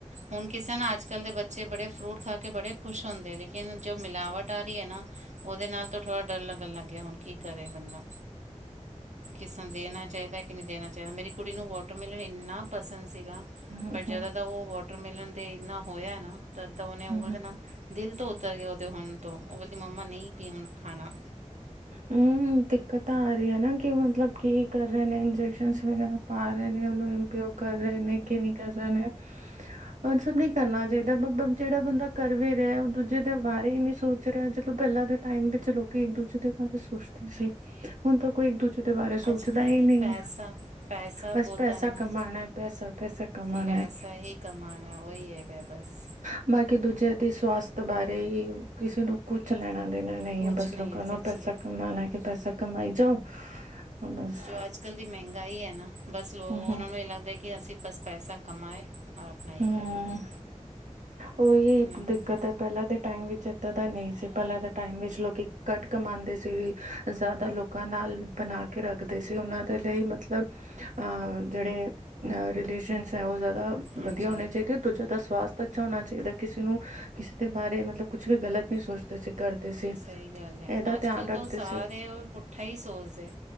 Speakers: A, on the right; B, on the right.
A: ਹੁਨ ਕਿਸੇ ਨਾ ਅੱਜ ਕਲ ਦੇ ਬੱਚੇ ਬੜੇ ਫਰੂਟ ਖਾ ਕੇ ਬੜੇ ਖੁਸ਼ ਹੁੰਦੇ ਨੇ। ਜੋ ਮਿਲਾਵਟ ਆ ਰੀ ਐ ਨਾ ਓਦੇ ਨਾਲ ਤੋ ਥੋੜਾ ਡਰ ਲੱਗਣ ਲੱਗ ਗੇਆ। ਹੁਣ ਕੀ ਕਰੇ ਬੰਦਾ? ਕਿ ਸਾਨ ਦੇਣਾ ਚਾਈਦਾ ਕਿ ਨੀ ਦੇਣਾ ਚਾਈ, ਮੇਰੀ ਕੁੜੀ ਨੂੰ ਵੋਟਰ ਮੇਲਨ ਇੰਨਾ ਪਸੰਦ ਸੀਗਾ
B: ਹੂੰ
A: ਬਟ ਜਦੋਂਦਾ
B: ਹੂੰ
A: ਦਾ ਓ ਵੋਟ ਟਰ ਮੇਲਨ ਤੇ ਇਨਾ ਹੋਏਆ ਨਾ ਤਦ ਦਾ ਓਨੇ ਓ
B: ਹੂੰ
A: ਬੋਲਦੇ ਨਾ ਦਿਲ ਤੋਂ ਉਤਰ ਗੇਆ ਓਦੇ ਹੁਨ ਤੋ, ਓ ਕੇਂਦੀ ਮੰਮਾ ਨਈ ਬੀ ਹੁਨ ਖਾਨਾ।
B: ਹੁੰ। ਦਿੱਕਤਾਂ ਆ ਰੀ ਐ ਨਾ ਕਿ ਮਤਲਬ ਕੀ ਕਰ ਰੇ ਨੇ ਇੰਜੈਕਸ਼ਨ ਵਗੈਰਾ ਪਾ ਰੇ ਨੇ ਓਨੂੰ ਉਪਯੋਗ ਕਰ ਰਏ ਨੇ ਕਿ ਨਈ ਕਰ ਰੇ ਨੇ। ਓਨ ਸਭ ਨੀ ਕਰਨਾ ਚਾਈਦਾ ਬਬਾ ਜੇੜਾ ਬੰਦਾ ਕਰ ਵੀ ਰੇਆ ਐ ਓ ਦੂਜੇ ਦੇ ਬਾਰੇ ਈ ਨੀ ਸੋਚ ਜਦੋਂ ਪੈਲਾਂ ਦੇ ਟਾਈਮ ਵਿੱਚ ਲੋਕੀ ਇੱਕ ਦੂਜੇ ਦੇ ਬਾਰੇ ਸੋਚਦੇ ਸੀ। ਹੁਨ ਤਾਂ ਕੋਈ ਇੱਕ ਦੂਜੇ ਦੇ ਬਾਰੇ ਸੋਚਦਾ
A: ਅੱਜ ਕੱਲ੍ਹ
B: ਈ ਨਈ
A: ਪੈਸਾ
B: ਐ।
A: ਪੈਸਾ
B: ਬਸ
A: ਬੋਲਦਾ
B: ਪੈਸਾ
A: ਹੈ ਨਾ
B: ਕਮਾਣੈ ਪੈਸਾ ਪੈਸਾ ਕਮਾਨਾ
A: ਪੈਸਾ ਹੀ ਕਮਾਉਣਾ ਹੈ ਵਹੀ ਹੈਗਾ ਬਸ
B: ਐ। ਬਾਕੀ ਦੂਜੇਆਂ ਦੀ ਸਵਾਸਥ ਬਾਰੇ ਕਿਸੇ ਨੂੰ ਕੁੱਛ ਲੈਣਾ ਦੇਣਾ ਨਈ
A: ਕੁਛ
B: ਏ। ਬਸ
A: ਨਹੀਂ
B: ਲੋਕਾਂ
A: ਹੈ
B: ਨੂੰ
A: ਸੱਚੀ
B: ਪੈਸਾ
A: ਹੈ।
B: ਕਮਾਨਾ ਐ ਕਿ ਪੈਸਾ ਕਮਾਈ ਜਾਓ। ਬਸ
A: ਜੋ ਅੱਜ ਕੱਲ ਦੀ ਮੈਹੰਗਾਈ ਐ ਨਾ, ਬਸ ਲੋ
B: ਹਮ ਹਮ
A: ਓਨਾਂ ਨੂੰ ਏ ਲੱਗਦਾ ਕਿ ਅਸੀ ਬਸ ਪੈਸਾ ਕਮਾਏ। ਔਰ ਆਪਣਾ ਇਹ
B: ਹੂੰ।
A: ਕਰੇ ਬਸ
B: ਓਈ
A: ਕਿਤੇ ਨਾ
B: ਦਿੱਕਤ
A: ਕਿਤੇ
B: ਐ। ਪੈਲਾਂ ਦੇ ਟਾਈਮ ਵਿੱਚ ਏਦਾਂ ਦਾ ਨੀ ਸੀ। ਪੈਲਾਂ ਦੇ ਟਾਈਮ ਵਿੱਚ ਲੋਕੀ ਘੱਟ ਕਮਾਂਦੇ ਸੀ ਜਾਦਾ ਲੋਕ ਲੋਕਾਂ ਨਾਲ ਬਨਾ ਕੇ ਰੱਖਦੇ ਸੀ। ਓਨਾਂ ਦੇ ਲਈ ਮਤਲਬ ਅ ਜੇੜੇ ਰਿਲੇਸ਼ਨਸ ਐ ਓ ਜਾਦਾ
A: ਹਾਂਜੀ
B: ਵਧੀਆ ਹੋਨੇ ਚਾਈਦੇ। ਤੋ ਜਾਦਾ ਸਵਾਸਥ ਅੱਛਾ ਹੋਣਾ ਚਾਈਦਾ। ਕਿਸੇ ਨੂੰ ਕਿਸੇ ਦੇ ਬਾਰੇ ਮਤਲਬ ਕੁੱਛ ਵੀ ਗਲਤ ਨੀ ਸੋਚਦੇ ਸੀ। ਕਰਦੇ ਸੀ
A: ਸਈ ਗੱਲ ਐ।
B: ਇਹਦਾ
A: ਅੱਜ
B: ਧਿਆਨ
A: ਕੱਲ
B: ਰੱਖਦੇ
A: ਤੋ ਸਾਰੇ ਓ ਪੁੱਠਾ ਈ ਸੋਚਦੇ।